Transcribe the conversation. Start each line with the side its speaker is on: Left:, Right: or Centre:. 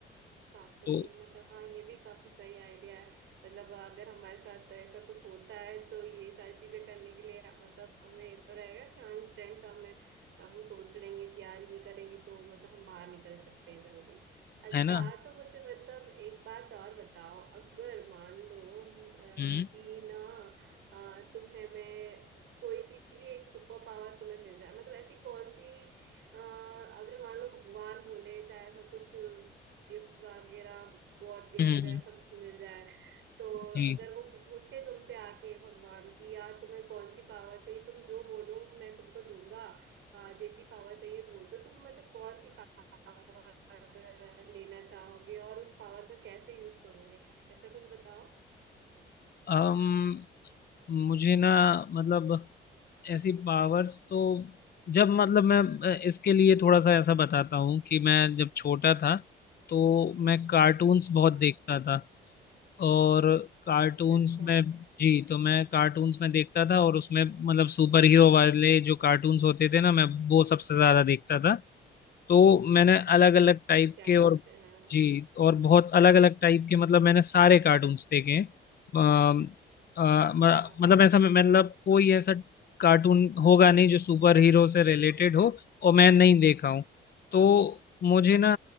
Right: काफी
Left: तो
Right: मतलब हाँ ये भी काफी सही आइडिया है मतलब अगर हमारे साथ ऐसा कुछ होता है तो ये सारी चीजें करने के लिए मतलब हमें ये तो रहेगा कि हाँ इंस्टेंट हमें हम सोच लेंगे कि यार ये करेंगे तो मतलब हम बाहर निकल सकते हैं जल्दी अच्छा
Left: है ना
Right: तो मुझे मतलब एक बात और बताओ अगर मान लो अ,
Left: हम्म
Right: कि ना अ, तुम्हें मैं कोई सी भी एक सुपर पावर तुम्हें मिल जाए मतलब ऐसी कौन सी अ, अगर मान लो भगवान बोले चाहे ऐसा कुछ गिफ्ट वगैरह गॉड गिफ्ट
Left: हम्म
Right: वगैरह
Left: हम्म,
Right: सब कुछ मिल जाए तो
Left: जी
Right: अगर वो पूछे तुमसे आके भगवान की यार तुम्हें कौन सी पावर चाहिए तुम जो बोलो मैं तुमको दूंगा आ, जैसी पावर चाहिए वो तो तुम मतलब कौन सी पावर लेना चाहोगे और उस पावर का कैसे यूज करोगे ऐसा कुछ बताओ
Left: अम मुझे ना मतलब ऐसी पावर्स तो जब मतलब मैं अ, इसके लिए थोड़ा सा ऐसा बताता हूँ कि मैं जब छोटा था तो मैं कार्टून्स बहुत
Right: हाँ
Left: देखता था और कार्टून्स
Right: अच्छा
Left: में जी तो मैं कार्टून्स में देखता था और उसमें मतलब सुपर हीरो वाले जो कार्टून्स होते थे ना मैं वो सबसे ज्यादा देखता था तो मैंने अलग अलग टाइप
Right: क्या
Left: के
Right: बात
Left: और
Right: है हाँ
Left: जी और बहुत अलग अलग टाइप के मतलब मैंने सारे कार्टून्स देखे हैं अम, अ, म-
Right: हाँ
Left: मतलब ऐसा मतलब कोई ऐसा कार्टून होगा नहीं जो सुपर हीरो से रिलेटेड हो और मैं नहीं देखा हूँ तो मुझे ना